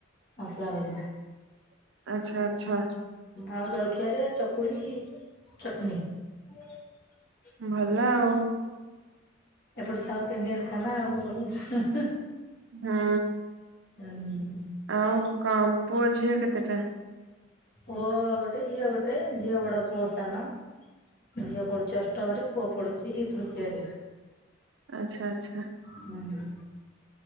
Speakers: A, on the left; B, on the right.
A: ମସଲା ଭଜା
B: <inaudible> ଆଚ୍ଛା ଆଚ୍ଛା ।
A: ଆଉ ଜଳଖିଆରେ ଚକୁଳି ଚଟନୀ। <inaudible>
B: ଭଲ ଆଉ ।
A: ଏପଟେ ସାଉଥ୍ ଇଣ୍ଡିଆନ୍‌ ଖାନା ଆଉ ସବୁ <inaudible>
B: ହୁଁ
A: ହୁଁ।
B: ଆଉ କଣ ପୁଅ ଝିଏ କେତେଟା?
A: ପୁଅ ଗୋଟେ ଝିଅ ଗୋଟେ ଝିଅ ବଡ଼ ପୁଅ ସାନ ଝିଅ ପଢୁଚି ଅଷ୍ଟମରେ ପୁଅ ପଢୁଚି ତୃତୀୟରେ।
B: ଆଚ୍ଛା ଆଚ୍ଛା।
A: ହୁଁ